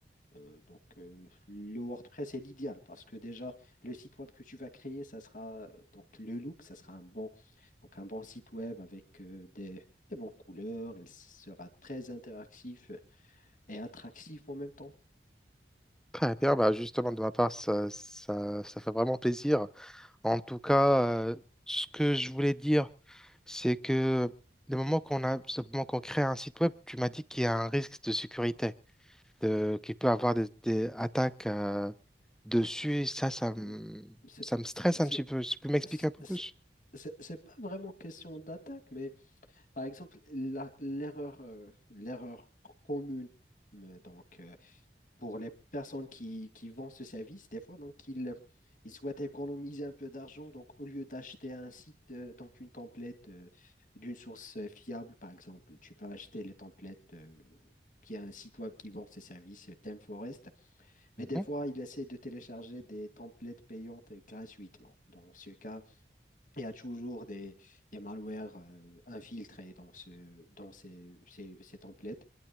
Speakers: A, on the left; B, in the centre.
A: euh, donc, euh, le WordPress est l'idéal parce que déjà, le site web que tu vas créer, ça sera euh, donc le look, ça sera un bon, donc un bon site web avec euh, des, des bonnes couleurs. Il sera très interactif et attractif en même temps.
B: Très bien, bah justement de ma part, ça, ça, ça fait vraiment plaisir. En tout cas, euh, ce que je voulais dire, c'est que le moment qu'on a, ce moment qu'on crée un site web, tu m'as dit qu'il y a un risque de sécurité, de, qu'il peut avoir des, des attaques euh, dessus. Et Ça, ça
A: Euh,
B: me,
A: c'est
B: ça me stresse
A: c'est-
B: un petit peu. Tu peux m'expliquer
A: c'est-
B: un peu
A: c'est-
B: plus?
A: c'est- c'est pas vraiment question d'attaque, mais Par exemple, la- l'erreur euh, l'erreur commune euh, donc, euh, pour les personnes qui, qui vendent ce service, des fois, donc, ils, ils souhaitent économiser un peu d'argent. Donc, au lieu d'acheter un site, euh, donc une template euh, d'une source euh, fiable, par exemple, tu peux acheter les templates euh, qui a un site web qui vend ces services, euh, ThemeForest.
B: Mhm.
A: Mais des fois, ils essaient de télécharger des templates payantes euh, gratuitement. Dans ce cas, il y a toujours des, des malwares euh, infiltrés dans, ce, dans ces, ces, ces templates.